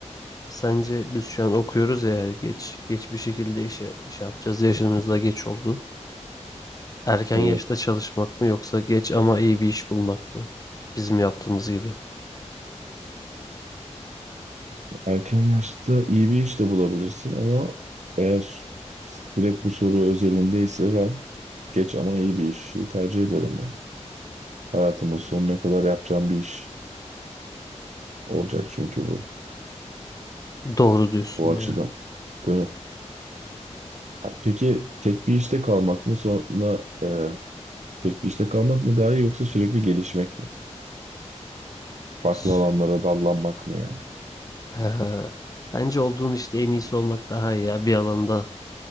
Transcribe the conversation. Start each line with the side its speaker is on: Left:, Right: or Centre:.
Left: Sence biz şu an okuyoruz ya geç geç bir şekilde işe şey yapacağız yaşımızda geç oldu. Erken
Right: Evet.
Left: yaşta çalışmak mı yoksa geç ama iyi bir iş bulmak mı? Bizim yaptığımız gibi.
Right: Erken yaşta iyi bir iş de bulabilirsin ama eğer direkt bu soru özelindeyse ben geç ama iyi bir işi tercih ederim ya. Hayatımın sonuna kadar yapacağım bir iş olacak çünkü bu.
Left: Doğru diyorsun
Right: Bu açıdan.
Left: ya.
Right: Değil mi? Ha, Peki tek bir işte kalmak mı sonra e, tek bir işte kalmak mı daha iyi yoksa sürekli gelişmek mi? Farklı
Left: S-
Right: alanlara dallanmak mı yani?
Left: He. Bence olduğun işte en iyisi olmak daha iyi ya. Bir alanda